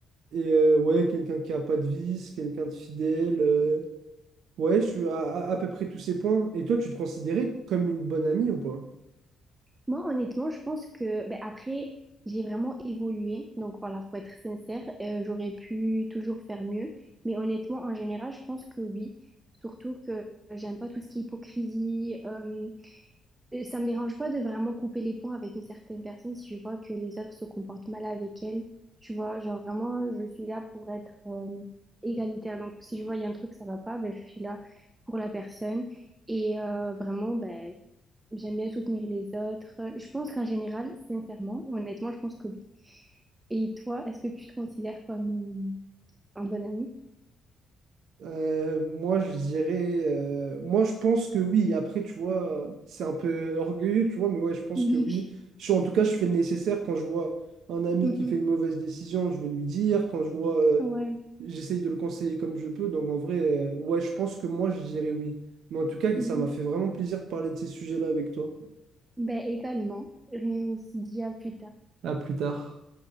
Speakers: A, on the right; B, on the right.
A: Et euh, ouais, quelqu'un qui a pas de vice, quelqu'un de fidèle. euh, Ouais, je suis à, à- à peu près tous ces points. Et toi, tu te considérais comme une bonne amie ou pas?
B: Moi, honnêtement, je pense que, ben, après, j'ai vraiment évolué. Donc voilà, faut être sincère. Euh, j'aurais pu toujours faire mieux. Mais honnêtement, en général, je pense que oui. Surtout que j'aime pas tout ce qui est hypocrisie. euh, euh, ça me dérange pas de vraiment couper les ponts avec une certaine personne si je vois que les autres se comportent mal avec elle. Tu vois, genre vraiment, je suis là pour être euh, égalitaire. Donc si je vois il y a un truc ça va pas, ben, je suis là pour la personne. Et euh, vraiment, ben. J'aime bien soutenir les autres. Je pense qu'en général, sincèrement, honnêtement, je pense que oui. Et toi, est-ce que tu te considères comme euh, un bon ami?
A: Euh, moi, je dirais, euh, moi, je pense que oui. Après, tu vois, c'est un peu orgueilleux, tu vois, mais ouais, je pense
B: Oui,
A: que oui.
B: oui.
A: Je, en tout cas, je fais le nécessaire. Quand je vois un
B: <laughs>
A: ami
B: Mhm.
A: qui fait une mauvaise décision, je vais lui dire. Quand je vois, euh,
B: Ouais.
A: j'essaye de le conseiller comme je peux. Donc, en vrai, euh, ouais, je pense que moi, je dirais oui. Mais en tout cas,
B: Mhm.
A: ça m'a fait vraiment plaisir de parler de ces sujets-là avec toi.
B: Ben également. Et on se dit à plus tard.
A: À plus tard.